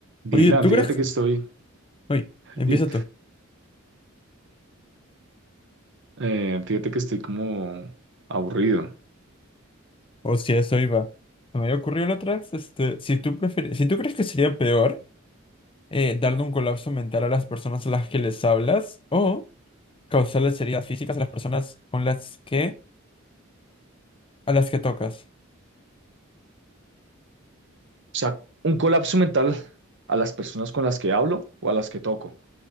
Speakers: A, on the right; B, on the left.
A: Dylan,
B: Oye, ¿tú
A: fíjate
B: crees que...
A: que estoy,
B: Oye, empieza
A: di-
B: tú.
A: eh, fíjate que estoy como aburrido. O
B: O si a eso iba. Se me había ocurrido la otra vez, este, si tú prefieres, si tú crees que sería peor eh, darle un colapso mental a las personas a las que les hablas o causarles heridas físicas a las personas con las que, a las que tocas.
A: sea, un colapso mental a las personas con las que hablo o a las que toco.